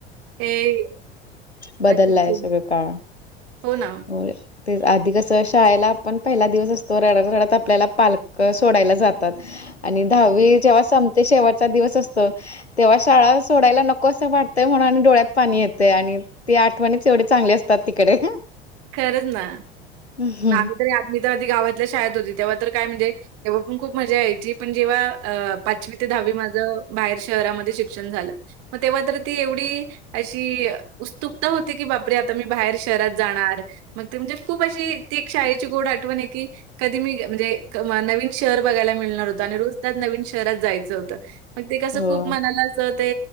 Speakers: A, on the right; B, on the left.
A: हे,
B: बदललाय
A: अगदीच.
B: सगळं काळ आता
A: हो ना.
B: होय. ते आधी कसं शाळेला आपण पहिला दिवस असतो रडत, रडत आपल्याला पालक सोडायला जात. आणि दहावी जेव्हा संपते शेवटचा दिवस असतो तेव्हा शाळा सोडायला नको असं वाटतंय म्हणून आणि डोळ्यात पाणी येते आणि तती आठवणीच एवढे चांगली असतात तिकडे
A: खरंच ना
B: हम्म,
A: मग आम्ही तर मी तर आधी गावातल्या शाळेत होती तेव्हा तर काय म्हणजे तेव्हा पण खूप मजा यायची पण जेव्हा अ पाचवी ते दहावी माझ बाहेर शहरामध्ये शिक्षण झालं मग तेव्हा तर ती एवढी अशी उत्सुकता होते की बापरे आता मी बाहेर शहरात जाणार. ग म्हणजे खुप अशी ती शाळेची गोड आठवण की कधी मी म्हणजे नवीन, शहर बघायला मिळणार होतं आणि रोज त्यात नवीन शहरात जायचं होतं. मग ते कसं
B: हो
A: खूप मनाला अस ते